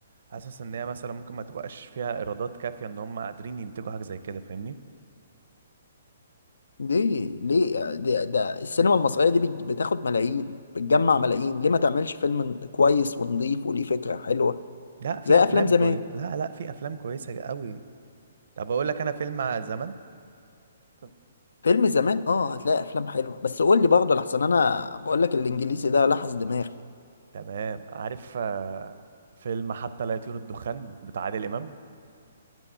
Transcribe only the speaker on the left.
ليه ليه ده, ده السينما المصرية دي بت- بتاخد ملايين بتجمع ملايين ليه ما تعملش فيلم كويس ونضيف وليه فكرة حلوة
زي
افلام زمان
فيلم زمان اه هتلاقي افلام حلوة بس قول لي برضه لحسن انا بقول لك الانجليزي ده لحس دماغي